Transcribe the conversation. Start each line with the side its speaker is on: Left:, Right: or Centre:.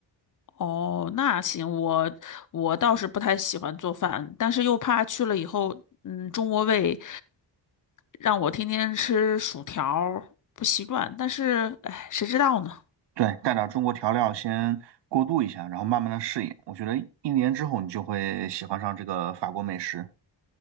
Left: 哦，那行，我我倒是不太喜欢做饭，但是又怕去了以后，嗯，中国胃让我天天吃薯条儿不习惯。但是，哎，谁知道呢？
Right: 对，带点中国调料先过渡一下，然后慢慢的适应。我觉得一年之后你就会喜欢上这个法国美食。